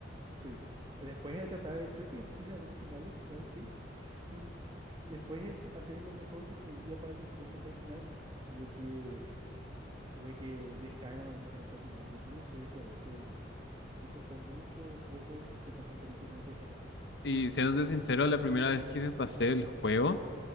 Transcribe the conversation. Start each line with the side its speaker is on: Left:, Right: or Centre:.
Right: sí. Después de tratar, de- creo que tiene algunos finales, Lies of P, y después de hacer lo mejor que podía para conseguir el mejor final, tuve que, tuve que dejar a la mar- marioneta sin nombre. Yo no sé si a vos te, te costó mucho o poco, o qué tal tu experiencia con ese jefe.
Left: Y siéndote sincero, la primera vez que me pasé el juego,